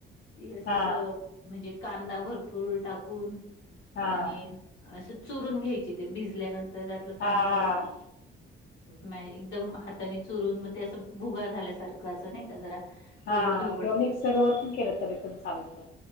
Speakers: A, on the left; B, on the left.
A: ती असं
B: हा
A: म्हणजे कांदा भरपूर टाकून.
B: हा
A: आणि
B: हा
A: असं चुरून घ्यायची. ते भिजल्यानंतर त्यातलं पाणी
B: हा
A: काढून. म एकदम हाताने चुरून. मग ते असं भुगा झाल्यासारखं असं नाही का जरा.
B: हा
A: ओबड-धोबड
B: किंवा मिक्सर वर पण केलं तरी पण चालत.